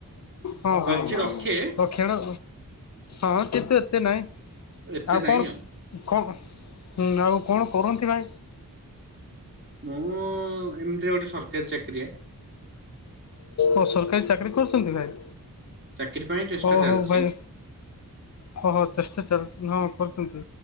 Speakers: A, on the left; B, on the right.
A: ହଁ ଭାଇ
B: ରୁଚି ରଖେ
A: ଖେଳେ ହଁ, କିନ୍ତୁ ଏତେ ନାଇଁ।
B: ଏତେ
A: ଆଉ
B: ନାହିଁ
A: କଣ, କଣ ହୁଁ ଆଉ କଣ କରନ୍ତି ଭାଇ?
B: ମୁଁ ଏମିତିରେ ଗୋଟେ ସରକାରୀ ଚାକିରିଆ।
A: ଓ ସରକାରୀ ଚାକିରୀ କରୁଛନ୍ତି ଭାଇ?
B: ଚାକିରି ପାଇଁ ଚେଷ୍ଟା
A: ହ
B: ଚାଲିଛି
A: ହୋଉ ଭାଇ, ଭଲ ଚେଷ୍ଟା ଚାଳିଛି ନ, ହଁ କରୁଛନ୍ତି।